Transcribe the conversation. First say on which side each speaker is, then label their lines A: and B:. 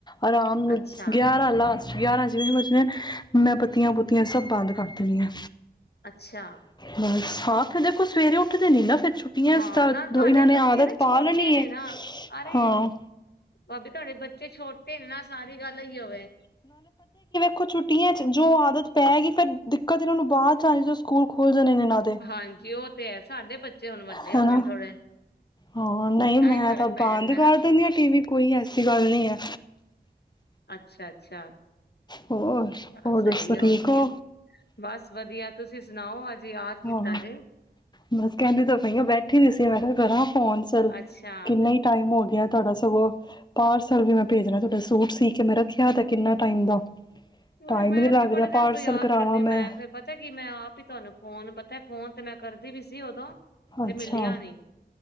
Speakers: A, on the left (about 25°); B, on the left (about 70°).
A: ਆਰਾਮ ਨੂੰ,
B: ਅੱਛਾ
A: ਗਿਆਰਾਂ ਲਾਸਟ ਗਿਆਾਰਾਂ ਜਿਵੇਂ ਵੱਜਨੇ, ਮੈਂ ਬੱਤੀਆਂ ਬੁੱਤੀਆਂ ਸਬ ਬੰਦ ਕਰ ਦਿੰਨੀ ਆਂ।
B: ਅੱਛਾ।
A: ਬਸ ਹਾਂ ਫਿਰ ਦੇਖੋ ਸਵੇਰੇ ਉੱਠਦੇ ਨੀ ਨਾ ਫ਼ਿਰ ਛੁੱਟੀਆਂ
B: ਹਾਂ
A: ਤਾਂ
B: ਨਾਲ
A: ਦੋ
B: ਤੁਹਾਡੇ
A: ਇਨਾਂ ਨੇ
B: ਬੱਚੇ
A: ਆਦਤ
B: ਨਾ
A: ਪਾ
B: ਛੋਟੇ
A: ਲੈਨੀ
B: ਨੇ
A: ਏ,
B: ਨਾ ਅਰੇ
A: ਹਾਂ।
B: ਭਾਬੀ ਤੁਆਡੇ ਬੱਚੇ ਛੋਟੇ ਨੇ ਨਾ ਸਾਰੀ ਗੱਲ ਏਈਓ ਵੇ।
A: ਕੁਛ ਛੁੱਟੀਆਂ ਚ ਜੋ ਆਦਤ ਪੈਗੀ ਫੇਰ ਦਿੱਕਤ ਏਨਾਂ ਨੂੰ ਬਾਦ ਚ ਆਨੀ ਜਦੋਂ ਸਕੂਲ ਖੁਲ ਜਾਨੇ ਨੇ‌ ਨਾਲ।
B: ਹਾਂਜੀ ਓ ਤੇ ਹੈ ਸਾਡੇ ਬੱਚੇ ਹੁਨ ਵੱਡੇ
A: ਹਨਾ
B: ਹੋ ਗਏ ਨੇ ਥੋੜੇ।
A: ਹਾਂ ਨਈਂ
B: ਇਹ
A: ਮੈਂ
B: ਵੀ ਫ਼ਰਕ
A: ਤਾਂ
B: ਪੈ
A: ਬੰਦ
B: ਜਾਂਦਾ ਨਾ
A: ਕਰ ਦਿੰਨੀ ਆਂ ਟੀਵੀ ਕੋਈ ਐਸੀ ਗੱਲ ਨਈਂ ਐ।
B: ਅੱਛਾ ਅੱਛਾ।
A: ਹੋਰ
B: ਚਲੋ
A: ਹੋਰ ਦੱਸ
B: ਸਹੀ ਹੋਰ
A: ਠੀਕ ਹੋ?
B: ਕੀ ਬਸ ਵਧੀਆ ਤੁਸੀਂ ਸੁਣਾਓ ਅੱਜ ਯਾਦ ਕੀਤਾ
A: ਹਾਂ
B: ਜੇ?
A: ਬਸ ਕਹਿੰਦੀ ਤ ਪਈਆਂ ਬੈਠੀ ਹੋਈ ਸੀ ਮੈਂ ਕਿਹਾ ਕਰਾਂ ਫੋਨ ਸਰ
B: ਅੱਛਾ
A: ਕਿੰਨੇ ਈ ਟਾਈਮ ਹੋ ਗਿਆ ਤਾਡਾ ਸਗੋਂ ਪਾਰਸਲ ਵੀ ਮੈਂ ਭੇਜਣਾ ਤਾਡਾ ਸੂਟ ਸੀ ਕੇ ਮੈਂ ਰੱਖਿਆ ਕਿੰਨਾ ਟਾਈਮ ਬਾਅਦ
B: ਉਹੀ
A: ਟਾਈਮ
B: ਮੈਂ
A: ਨੀ ਲੱਗ
B: ਤੇ ਬੜੇ
A: ਰਿਹਾ
B: ਦਿਨ
A: ਪਾਰਸਲ
B: ਤੋਂ ਯਾਦ
A: ਕਰਾਵਾਂ
B: ਕਰਦੀ
A: ਮੈਂ।
B: ਫੇਰ ਪਤਾ ਕੀ ਮੈਂ ਆਪ ਹੀ ਤੁਹਾਨੂੰ ਫੋਨ ਪਤਾ ਫੋਨ ਤੇ ਮੈਂ ਕਰਦੀ ਵੀ ਸੀ ਉਦੋਂ ਤੇ
A: ਅੱਛਾ
B: ਮਿਲਿਆ ਨੀ।